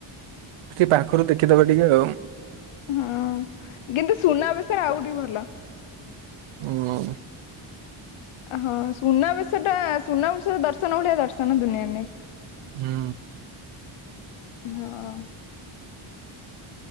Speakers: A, on the right (about 80°); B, on the left (about 75°).
A: ସେ ପାଖରୁ ଦେଖିଦବା ଟିକେ ଆଉ।
B: ହଁ କିନ୍ତୁ ସୁନା ବିଷୟରେ ଆଉଠି ଭଲ।
A: ହୁଁ।
B: ହଁ ସୁନା ବିଷୟଟା ସୁନା ବେଶ ଟା ଦର୍ଶନ ଭଳିଆ ଦର୍ଶନ ଦୁନିଆରେ ନାହିଁ।
A: ହୁଁ।
B: ହଁ।